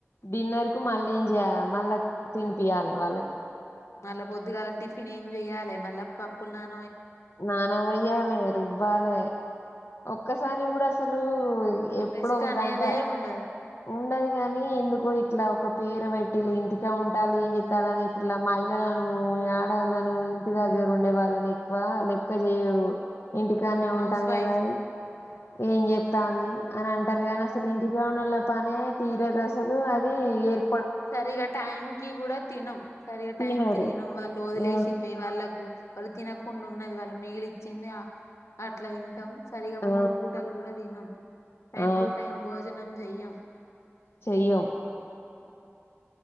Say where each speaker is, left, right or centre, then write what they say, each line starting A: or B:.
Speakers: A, on the left; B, on the left.
A: డిన్నర్ కు మళ్ళీ ఏం జేయా మళ్ళ తినిపియాలి వాళ్ళకి
B: మళ్ళా పొద్దుగాల టిఫిన్ ఏం చెయ్యాలి మళ్ళా పప్పులు నాన
A: నాన వొయ్యాలి రుబ్బాలే ఒక్కసారి కూడా అసలూ ఎప్పుడు
B: రెస్ట్
A: ఒక
B: అనేదే
A: గంట
B: ఉండదు
A: ఉండేది గానీ ఎందుకు ఒ ఇట్లా ఒక పేరు వెట్టి ఇలా ఇంటికె ఉంటాలి ఏం జేత్తాలని ఇప్పుడ్ల మహిళలనూ ఆడళ్ళోను ఇంటి దగ్గర ఉండే వాళ్ళని ఎక్కువ లెక్క జేయరు ఇంటికాన్నే
B: అవును హౌస్
A: ఉంటాది
B: వైఫ్
A: కదాయి ఏం జేత్తాంది అని అంటారు కానీ అస్సలు ఇంటి కానోళ్ళం పనే తీరదు అసలు అది ఏర్
B: సరే ఇగ టైమ్ కి కూడా తినం సరిగా
A: తినరు
B: టైం కి తినం వాళ్ళు వదిలేసింది
A: ఆ
B: వాళ్ళకు వాళ్ళు తినకుండా ఉన్నది వాళ్ళు మిగిలిచ్చింది అట్లా తింటాం సరిగా
A: ఆ
B: మూడు పూటలు కూడా తినాం టైం
A: ఆ
B: టు టైం భోజనం చెయ్యం
A: చెయ్యం
B: ఉ